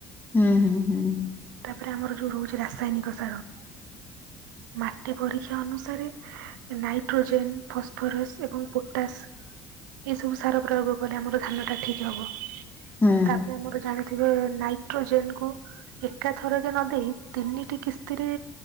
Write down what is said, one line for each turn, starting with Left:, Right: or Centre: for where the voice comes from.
Left: ହୁଁ ହୁଁ ହୁଁ।
Right: ତାପରେ ଆମର ଯୋଉ ରହୁଚି ରାସାୟନିକ ସାର ମାଟି ପରୀକ୍ଷା ଅନୁସାରେ ନାଇଟ୍ରୋଜେନ ଫସଫରସ୍ ଏବଂ ପୋଟାସ୍। ଏଇ ସବୁ ସାର ପ୍ରୟୋଗ କଲେ ଆମର ଧାନ ଟା ଠିକ ହବ।
Left: ହୁଁ
Right: ତାପରେ ଆମର ଜାଣ ରେ ନାଇଟ୍ରୋଜେନକୁ ଏକାଥରକେ ନ ଦେଇ ତିନିଟି କିସ୍ତିରେ